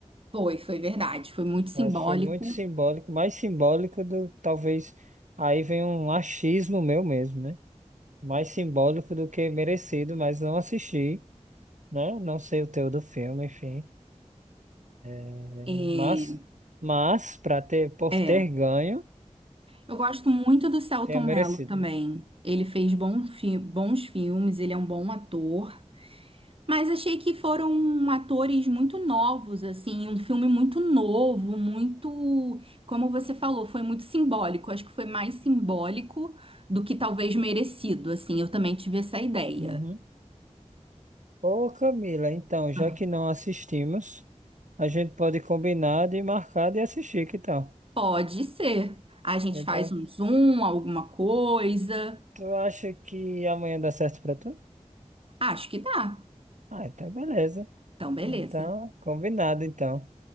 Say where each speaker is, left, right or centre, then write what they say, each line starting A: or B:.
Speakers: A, on the right; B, on the right.
A: Foi, foi verdade. Foi muito simbólico.
B: Eu acho que foi muito simbólico, mais simbólico do, talvez, aí vem um achismo meu mesmo, né? Mais simbólico do que merecido, mas não assisti, né? Não sei o teu do filme, enfim. eh,
A: É,
B: Mas, mas para ter, por
A: é.
B: ter ganho,
A: Eu gosto muito do Selton
B: tenha merecido.
A: Mello também. Ele fez bom fi- bons filmes, ele é um bom ator. Mas achei que foram atores muito novos, assim, um filme muito novo, muito, como você falou, foi muito simbólico. Acho que foi mais simbólico do que talvez merecido, assim. Eu também tive essa ideia.
B: Uhum. Ô Camila, então, já
A: Ah,
B: que não assistimos, a gente pode combinar de marcar de assistir, que tal?
A: Pode ser. A gente
B: Então,
A: faz um zoom, alguma coisa.
B: tu acha que amanhã dá certo pra tu?
A: Acho que dá.
B: Ah, então beleza.
A: Então, beleza.
B: Então, combinado então.